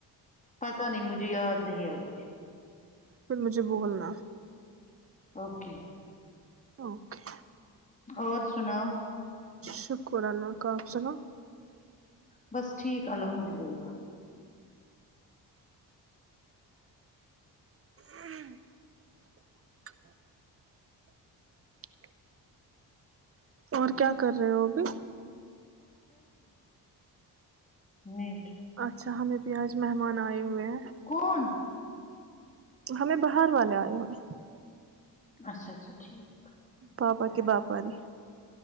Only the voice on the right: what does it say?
پھر مجھے بھولنا
اوکے
شکر اللہ کاپ سنا
ہ اور کیا کر رہے وہ بھیھی
اچھا ہمیں پ آج مہمان آئے ہوئے ہیں
ہمیں باہر والے آئے ہوئے
پاپا کے باپا ج